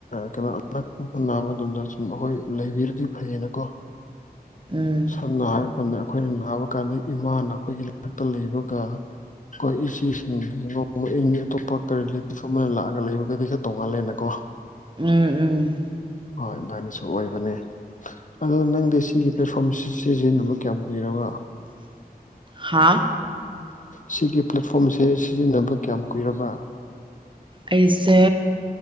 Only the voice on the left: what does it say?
ꯀꯩꯅꯣ ꯑꯅꯛꯄ ꯅꯥꯕ ꯃꯇꯝꯗ ꯁꯨꯝ ꯑꯩꯈꯣꯏ ꯂꯩꯕꯤꯔꯗꯤ ꯐꯩꯌꯦꯅꯀꯣ
ꯁꯝꯅ ꯍꯥꯏꯔ ꯀꯥꯟꯗ ꯑꯩꯈꯣꯏꯅ ꯅꯥꯕ ꯀꯥꯟꯗ ꯏꯃꯥꯅ ꯑꯩꯈꯣꯏꯒꯤ ꯅꯥꯛꯇ ꯂꯩꯕꯒ ꯑꯩꯈꯣꯏ ꯏꯆꯦꯁꯤꯡꯒꯤꯒ ꯏ ꯑꯇꯣꯞꯄ ꯀꯔꯤ ꯏꯐꯐꯝ ꯑꯃꯗ ꯂꯥꯛꯑꯒ ꯂꯩꯕꯒꯗꯤ ꯈꯔ ꯇꯧꯉꯥꯜꯂꯦꯅꯀꯣ
ꯍꯣꯏ ꯑꯗꯨꯃꯥꯏꯅꯁꯨ ꯑꯣꯏꯕꯅꯦ ꯑꯗꯨ ꯅꯪ ꯦ ꯁꯤꯒꯤ ꯄ꯭ꯂꯦꯠꯐꯣꯝ ꯁꯤꯖꯤꯟꯅꯕ ꯀꯌꯥꯝ ꯀꯨꯏꯔꯒ
ꯁꯤꯒꯤ ꯄ꯭ꯂꯦꯠꯐꯣꯝꯁꯦ ꯁꯤꯖꯤꯟꯅꯕ ꯀꯌꯥꯝ ꯀꯨꯏꯔꯕ